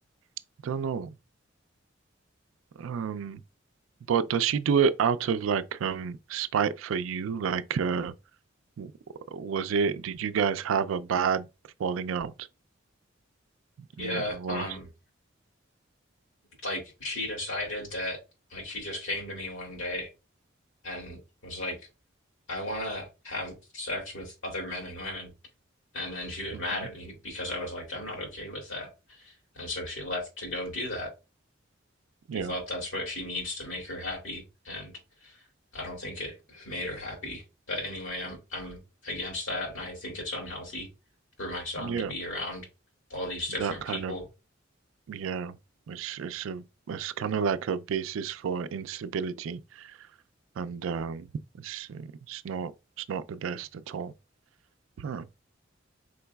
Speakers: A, on the right; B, on the left.
A: I don't know. Um, but does she do it out of like um spite for you? Like, uh, w- was it? Did you guys have a bad falling out
B: Yeah,
A: in the divorce?
B: um, like she decided that, like she just came to me one day and was like. I want to have sex with other men and women. And then she was
A: hmm
B: mad at me because I was like, I'm not okay with that. And so she left to go do that.
A: Yeah,
B: She thought that's what she needs to make her happy. And I don't think it made her happy. But anyway, I'm I'm against that. And I think it's unhealthy for my son
A: yeah.
B: to be around all these different
A: That kind
B: people
A: of yeah. It's it's a it's kind of like a basis for instability. And um, let's see, it's not it's not the best at all. Huh.